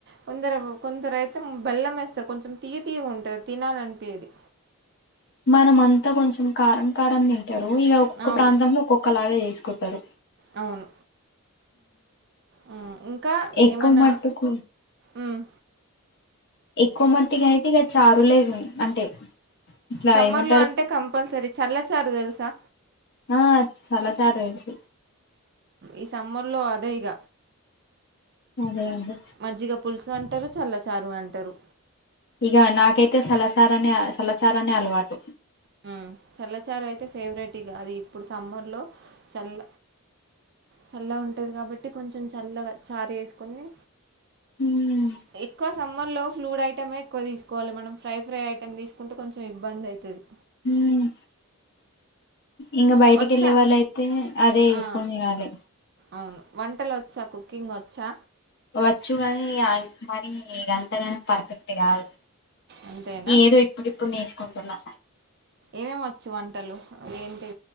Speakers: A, on the right; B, on the left.
A: కొందరు కొందరు అయితే బెల్లం వేస్తారు కొంచెం తీయ తీయగ ఉంటది తినాలనిపియది
B: ఆ మనమంతా కొంచెం కారం కారం తింటరు ఇగ ఒక్కొక్క
A: అవును
B: ప్రాంతంలో ఒక్కొక్కలాగ చేస్ కుంటరు
A: అవును మ్మ్ ఇంకా
B: ఎక్కువ
A: ఏమన్నా
B: మట్టుకు
A: మ్మ్
B: ఎక్కువ మట్టిగ అయితే ఇక చారులేదు అంటే ఇట్లా
A: సమ్మర్
B: ఏమంటారు
A: లో అంటే కంపల్సరీ చల్ల చారు తెలుసా
B: ఆ చల్ల చారు తెలుసు
A: ఈ సమ్మర్ లో అదే ఇగ
B: అదే అదే
A: మజ్జిగ పులుసు అంటారు చల్ల చారు అంటారు
B: ఇక నాకైతే సలచార అనే సలచారనే అలవాటు
A: హ్మ్ చల్లచారు అయితే ఫేవరెట్ ఇగ అది ఇప్పుడు సమ్మర్ లో చల్ల చల్లగ ఉంటది కాబట్టి కొంచెం చల్లగా చారు చేసుకొని
B: ఉమ్,
A: ఎక్కువ సమ్మర్ లో ఫ్లూయిడ్ ఐటమే క్కువ తీసుకోవాలే మనం ఫ్రై ఫ్రై ఐటెమ్ తీసుకుంటే కొంచెం ఇబ్బంది అయితది
B: హ్మ్ ఇంగ బయటికి
A: వచ్చా.
B: యెళ్ళే వాళ్ళయితే అదే వేసుకొనియాలే
A: ఆ! అవును వంటలు ఒచ్చా కుకింగ్ ఒచ్చా
B: వచ్చు గాని మరి ఈ గంతగనం పర్ఫెక్ట్ కాదు
A: అంతేనా?
B: ఏదో ఇప్పుడిప్పుడు నేర్చుకుంటున్నా
A: ఏమేమి వచ్చు వంటలు ఏంటి